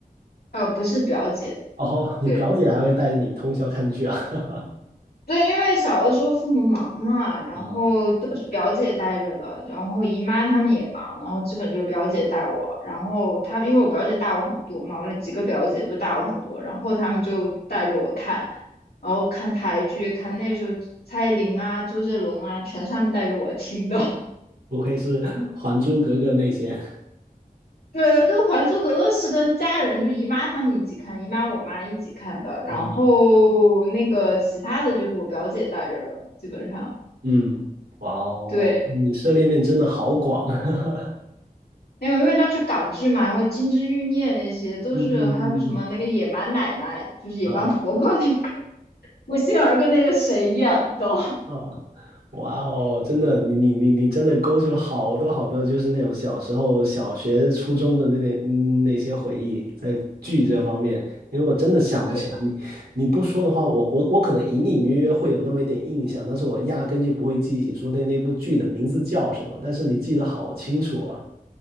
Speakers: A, on the left; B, on the right.
A: 呃，不是表姐，
B: 哦，
A: 对
B: 你表姐还会带着你通宵看剧啊？<laughs>
A: 对，因为小的时候父母忙嘛，然后都是表姐带着的，
B: 啊，
A: 然后姨妈他们也忙，然后基本就表姐带我，然后她因为我表姐大我很多嘛，我那几个表姐都大我很多，然后她们就带着我看，然后看台剧，看那时候蔡依林啊、周杰伦啊，全是她们带着我听的。
B: 不愧是《还珠格格》那些
A: 对对，《还珠格格》是跟家人，就姨妈他们一起看，姨妈我妈一起看的。然后那个其他的就是我表姐带着的，
B: 啊，
A: 基本上
B: 嗯，哇哦，
A: 对，
B: 你涉猎面真的好广啊，<laughs>
A: 因为因为当时港剧嘛，还有《金枝欲孽》那些都是，
B: 嗯嗯嗯嗯
A: 还有个什么那个野蛮奶奶，就是野蛮婆婆那个，
B: 啊啊。
A: <laughs> 我心儿跟那个谁演的？
B: 啊，哇哦，真的，你你你你真的勾起我好多好多，就是那种小时候、小学、初中的那那嗯那些回忆，在剧这方面，因为我真的想不起来你，
A: <laughs> 对，
B: 你不说的话，我我我可能隐隐约约会有那么一点印象，但是我压根就不会记起说那那部剧的名字叫什么，但是你记得好清楚啊，